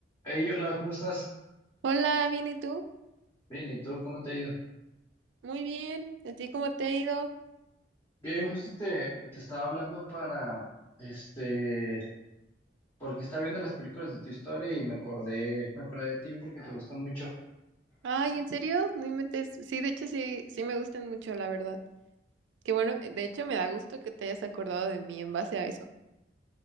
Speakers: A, on the left (about 25°); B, on the right (about 80°).
A: Hey, hola, ¿cómo estás?
B: Hola, bien, ¿y tú?
A: Bien, ¿y tú cómo te ha ido?
B: Muy bien. ¿A ti cómo te ha ido?
A: Bien, justo te, te estaba hablando para, este, porque estaba viendo las películas de tu historia y me acordé, me acordé de ti porque te gusta mucho.
B: Ay, ¿en serio? No inventes. Sí, de hecho sí, sí me gustan mucho, la verdad. Qué bueno, de hecho me da gusto que te hayas acordado de mí en base a eso.